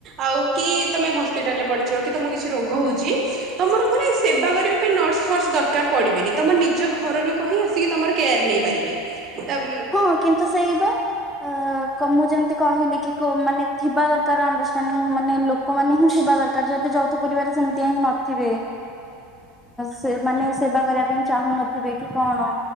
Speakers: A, on the right (about 40°); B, in the centre.
A: ଆଉ କି ତମେ ହସ୍ପିଟାଲ ରେ ପଡିଛ, କି ତମକୁ କିଛି ରୋଗ ହୋଉଛି। ତମର ମାନେ ସେବା କରିବା ପାଇଁ ନର୍ସ, ଫର୍ସ ଦରକାର ପଡିବେନି ତମ ନିଜ ଘର ଲୋକ ହିଁ ଆସ ସିକି ତମର କେୟାର ନେଇପାରିବେ। ତାମ୍
B: ହଁ କିନ୍ତୁ ସେଇ ବା।
A: <unintelligible>
B: ଆ କ ମୁଁ ଯେମିତି କହିଲି କି, କୋଉମାନେ ଥିବା ଦରକାର ଅଣ୍ଡରଷ୍ଟାଣ୍ଡିଙ୍ଗ ମାନେ ଲୋକମାନେ ହିଁ ଥିବା ଦରକାର ଯଦି ଜ ଥ ପରିବାରରେ ସେମିତିଆ ହଁ ନଥିବେ। ସେ ମାନେ ସେବା କରିବା ପାଇଁ ଚାହୁଁନଥିବେ କି କଣ।